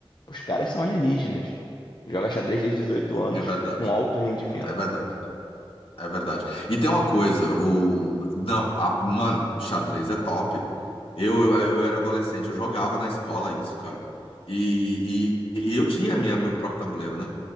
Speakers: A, on the left; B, on the left.
A: os caras são alienígenas. Joga xadrez desde os 18 anos
B: é verdade,
A: com alto rendimento.
B: é verdade. É verdade. E tem uma coisa, o. Não, a- mano, xadrez é top. Eu, eu, eu era adolescente, eu jogava na escola isso, cara. E, e, e eu tinha minha, meu próprio tabuleiro, né?